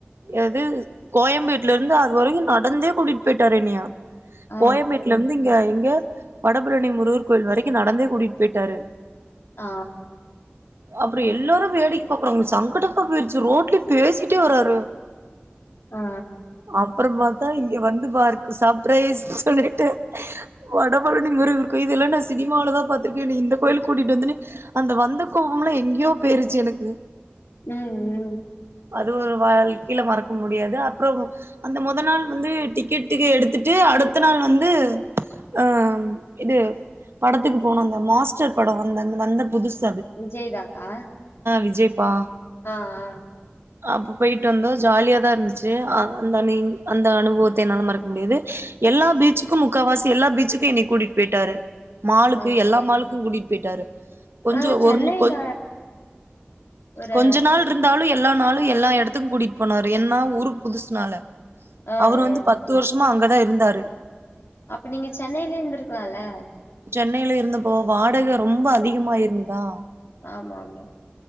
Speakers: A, on the right; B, on the left.
A: எது கோயம்பேடல இருந்து அதுவரைக்கு நடந்தே கூட்டிட்டு போயிட்டரு என்னயா
B: ஆ
A: கோயம்பேட்டல இருந்து இங்க இங்க வடபழனி முருகர் கோயில் வரைக்கு நடந்தே கூட்டிட்டு போயிட்டாரு
B: ஆ
A: அப்புற எல்லாரு வேடிக்கு பாக்குறோாங்க சங்க போயிருச்சு ரோட்ல பேசிட்டே வராரு
B: ஆ
A: அப்புறம் பாத்த இங்க வந்து பாருக சர்பரைஸ் சொல்லிட்டு வடபழனி முருகர் இது எல்ல சினிமால தா பாத்திருக்கே என்னை இந்த கோய்லுக்கு கூட்டிட்டு வந்துன்னு அந்த வந்த கோபம் எலாம் எங்கேயோ போயிருச்சு எனக்கு
B: ம் ம்
A: அது ஒரு வாழ்க்கையில மறக்க முடியாது அப்புறம் அந்த முதல் நாள் வந்து டிக்கெட்டுக்கு எடுத்துட்டு அடுத்த நாள் வந்து அ இது படத்துக்கு போனும் அந்த மாஸ்டர் படம் வந்த வந்த புதுஸ்
B: விஜய்தாக்கா
A: விஜய்ப்பா
B: ஆ ஆ
A: அப்ப போயிட்டு வந்தோ ஜாலியாதா இருந்துச்சு அந்த அந்த அனுபவத்தை என்னால மறக்க முடியாது
B: ஆ
A: எல்லா
B: ச்
A: பீச்சுக்கு முக்கால்வாசி எல்லா பீச்சுக்கு என்னை கூட்டிட்டு போயிட்டாரு மாளுக்கு
B: ஆ
A: எல்லா
B: ஆ
A: மாளுக்கு கூட்டிட்டு போயிட்டாரு கொஞ்ச
B: ஆ சென்னையில
A: ஒரு கொஞ்
B: ஒரு
A: கொஞ்ச நாள் இருந்தாலு எப் எல்லா நாளும் எல்லா இடத்துக்கு கூட்டிகிட்டு போனாரு என்னா ஊருக்கு புதுசுனால
B: ஆ
A: அவரு
B: ஆ
A: வந்து பத்து வருஷமா அங்கதான் இருந்தாரு
B: அப்ப நீங்க சென்னையில இருந்திருக்கலால
A: சென்னையில இருந்தப்போ வாடகை ரொம்ப அதிகமாயிருந்ததா
B: ஆமா ஆமா